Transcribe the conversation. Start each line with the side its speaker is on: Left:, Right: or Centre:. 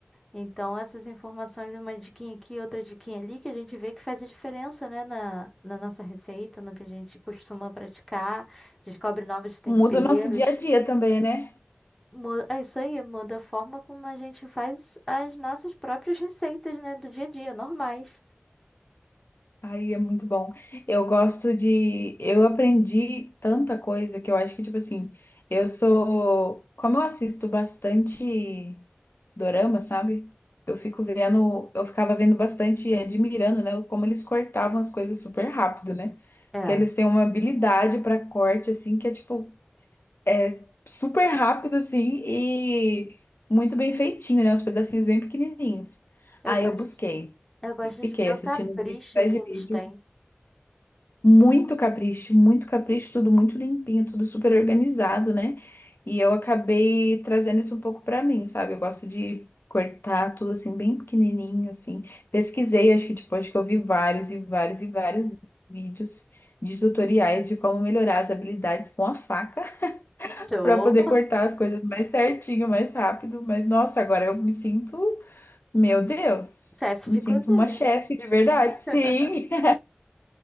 Centre: Então, essas informações, uma diquinha aqui, outra diquinha ali, que a gente vê que faz a diferença, né, na, na nossa receita, no que a gente costuma praticar, descobre novos temperos.
Left: Muda o nosso dia a dia também, né?
Centre: Mu- É isso aí, muda a forma como a gente faz as nossas próprias receitas, né, do dia a dia, normais.
Left: Ai, é muito bom. Eu gosto de. Eu aprendi tanta coisa que eu acho que, tipo assim, eu sou. Como eu assisto bastante dorama, sabe? Eu fico vendo. Eu ficava vendo bastante e admirando, né? Como eles cortavam as coisas super rápido, né?
Centre: É.
Left: Que eles têm uma habilidade pra corte, assim, que é, tipo, é super rápido, assim, e muito bem feitinho, né? Os pedacinhos bem pequenininhos.
Centre: Eu
Left: Aí
Centre: gosto.
Left: eu busquei.
Centre: Eu gosto
Left: e Fiquei
Centre: de ver
Left: assistindo
Centre: o capricho
Left: vídeo atrás
Centre: que
Left: de
Centre: eles
Left: vídeo.
Centre: têm.
Left: Muito capricho, muito capricho, tudo muito limpinho, tudo super organizado, né? E eu acabei trazendo isso um pouco pra mim, sabe? Eu gosto de cortar tudo assim, bem pequenininho, assim. Pesquisei, acho que tipo, acho que eu vi vários e vários e vários vídeos de tutoriais de como melhorar as habilidades com a faca <laughs>
Centre: Sou
Left: pra poder cortar as coisas mais certinho, mais rápido. Mas nossa, agora eu me sinto, meu Deus,
Centre: chefe
Left: me
Centre: de
Left: sinto
Centre: cozinha.
Left: uma chefe de verdade, sim.
Centre: <laughs>
Left: <laughs>